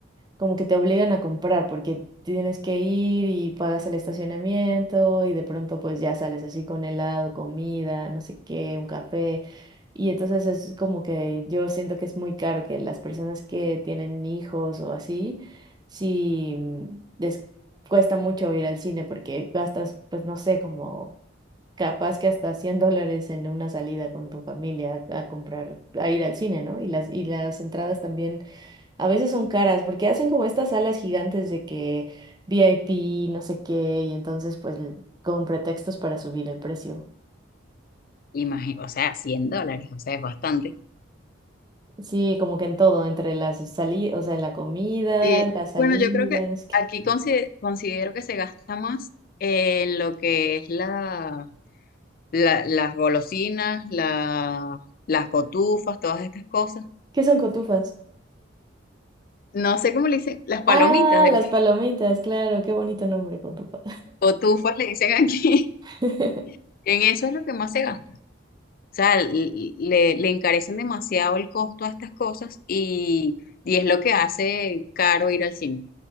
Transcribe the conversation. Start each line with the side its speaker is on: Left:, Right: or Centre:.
Right: como que te obligan a comprar, porque tienes que ir y pagas el estacionamiento, y de pronto pues ya sales así con helado, comida, no sé qué, un café. Y entonces es como que yo siento que es muy caro que las personas que tienen hijos o así, sí mm, les cuesta mucho ir al cine porque gastas, pues no sé, como capaz que hasta 100 dólares en una salida con tu familia a, a comprar, a ir al cine, ¿no? Y las, y las entradas también a veces son caras porque hacen como estas salas gigantes de que VIP, no sé qué, y entonces pues l- con pretextos para subir el precio.
Left: Imagino, o sea, 100 dólares, o sea, es bastante.
Right: Sí, como que en todo, entre las salidas, o sea, la comida,
Left: Y
Right: la salida,
Left: bueno, yo creo que
Right: no sé qué.
Left: aquí consi- considero que se gasta más en lo que es la, la- las golosinas, la- las cotufas, todas estas cosas.
Right: ¿Qué son cotufas?
Left: no sé cómo le dicen, las palomitas
Right: Ah,
Left: de
Right: las
Left: maíz,
Right: palomitas, claro, qué bonito nombre, cotufa.
Left: cotufas le dicen aquí.
Right: <laughs>
Left: <laughs> En eso es lo que más se gasta. O sea, l- le, le encarecen demasiado el costo a estas cosas y, y es lo que hace caro ir al cine.